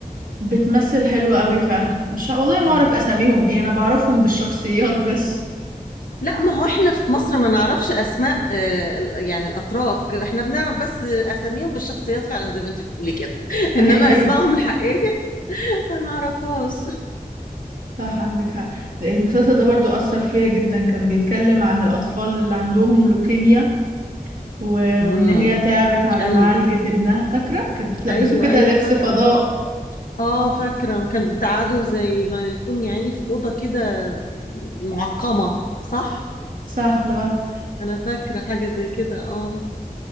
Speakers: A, on the right; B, on the left.
A: بتمثل حلو قوي فعلا مش ه- والله ما
B: امم
A: اعرف اساميهم ايه انا بعرفهم بالشخصيات بس
B: لا ما هو احنا في مصر ما نعرفش اسماء آه ال- يعني الاتراك احنا بنعرف بس اساميهم بالشخصيات فعلا زي ما انت بتقولي كده <laughs>
A: <laughs>
B: انما
A: ايوه
B: اسمائهم الحقيقيه <laughs> ما نعرفهاش
A: صح عندك حق ده المسلسل ده برضو اثر فيا جدا كان بيتكلم عن الاطفال اللي عندهم لوكيميا و...
B: امم
A: وان هي تعبت على
B: ايوه
A: معالجة ابنها فاكرة كانت بتلبسه
B: ايوه
A: كده
B: ايوه
A: لبس
B: فاكره
A: فضاء
B: اه فاكره وكان بتقعدوا زي ما يكون يعني في اوضه كده معقمه صح
A: صح لوحده
B: انا فاكره حاجه زي كده اه